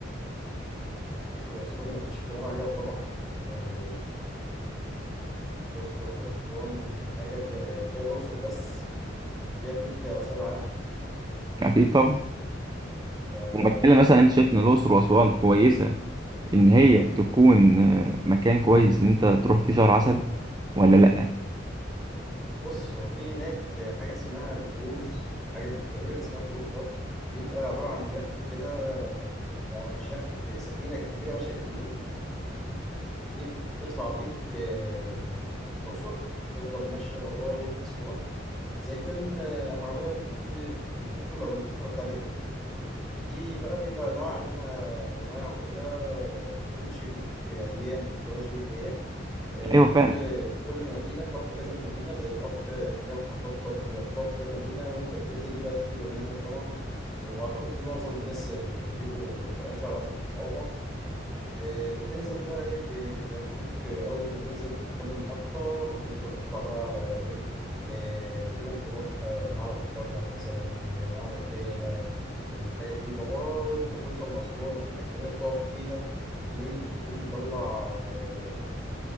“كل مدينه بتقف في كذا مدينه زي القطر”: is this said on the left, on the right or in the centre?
Centre